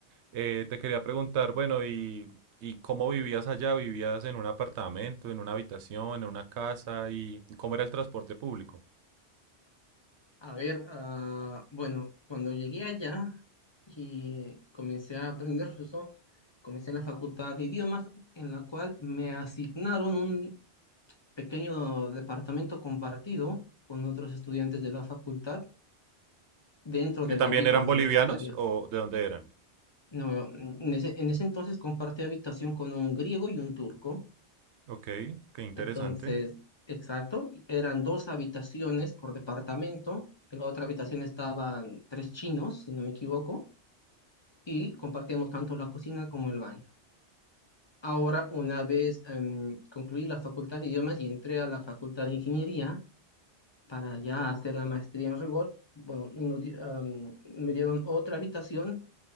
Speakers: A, on the right; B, on the left.
A: Eh, te quería preguntar, bueno, y, ¿y cómo vivías allá? ¿Vivías en un apartamento, en una habitación, en una casa? ¿Y cómo era el transporte público?
B: A ver, ah, bueno, cuando llegué allá y comencé a aprender ruso, comencé en la facultad de idiomas, en la cual me asignaron un pequeño departamento compartido con otros estudiantes de la facultad dentro
A: ¿Que
B: de
A: también
B: la villa
A: eran
B: universitaria.
A: bolivianos o de dónde eran?
B: No, en ese, en ese entonces compartí habitación con un griego y un turco.
A: Ok, qué interesante.
B: Entonces, exacto, eran dos habitaciones por departamento. En la otra habitación estaban tres chinos, si no me equivoco y compartíamos tanto la cocina como el baño. Ahora, una vez em, concluí la facultad de idiomas y entré a la facultad de ingeniería para ya hacer la maestría en rigor, bueno, nos di- em, me dieron otra habitación